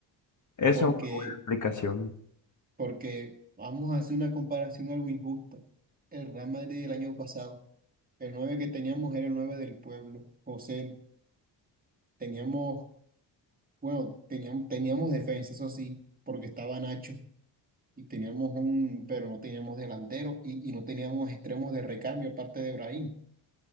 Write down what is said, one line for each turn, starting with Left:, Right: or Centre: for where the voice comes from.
Left: Esa
Right: Porque
Left: es una buena explicación.
Right: Porque vamos a hacer una comparación algo injusta. El Real Madrid del año pasado, el 9 que teníamos era el 9 del pueblo, José. Teníamos, bueno, teníamos, teníamos defensa, eso sí, porque estaba Nacho y teníamos un, pero no teníamos delantero y, y no teníamos extremos de recambio aparte de Brahim.